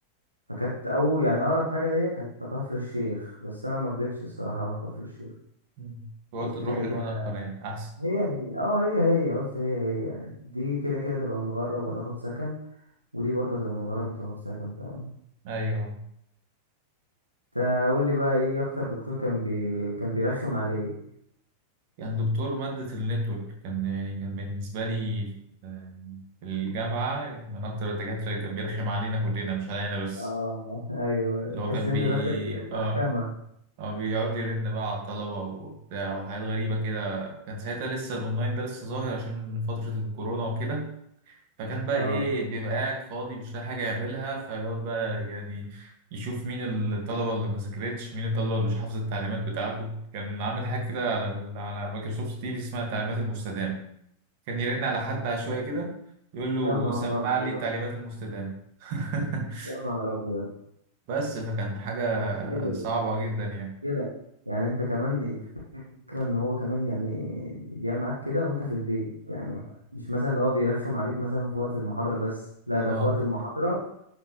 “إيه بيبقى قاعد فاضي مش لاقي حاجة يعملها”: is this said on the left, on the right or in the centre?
Right